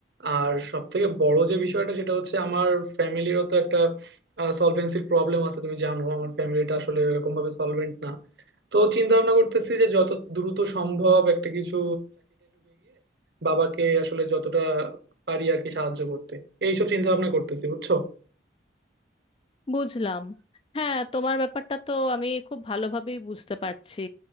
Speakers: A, on the right; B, on the left.
A: আর সব থেকে বড় যে বিষয়টা সেটা হচ্ছে আমার ফ্যামিলিরও তো একটা সলভেন্সির প্রবলেম আছে তুমি জানো আমার ফ্যামিলিটা আসলে এরকম ভাবে সলভেন্ট না তো চিন্তা ভাবনা করতেছি যে যত দ্রুত সম্ভব একটা কিছু বাবাকে আসলে যতটা পারি আর কি সাহায্য করতে এইসব চিন্তা ভাবনা করতেছি বুঝছো
B: বুঝলাম হ্যাঁ তোমার ব্যাপারটা তো আমি খুব ভালোভাবেই বুঝতে পারছি